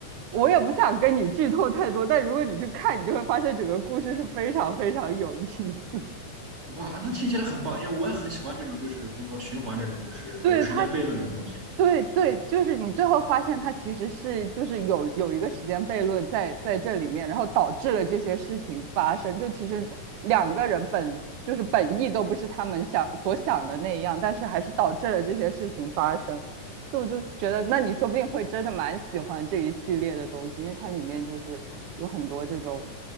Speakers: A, on the right; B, on the right.
A: 我也不想跟你剧透太多，但如果你去看，你就会发现整个故事是非常非常有意思。
B: 哇，那听起来很棒，因为我也很喜欢这种，就是比如说循环这种，就是有时间悖论这种东西。
A: 对他，对对，就是你最后发现他其实是就是有有一个时间悖论在在这里面，然后导致了这些事情发生。就其实两个人本就是本意都不是他们想所想的那样，但是还是导致了这些事情发生。就我就觉得，那你说不定会真的蛮喜欢这一系列的东西，因为它里面就是有很多这种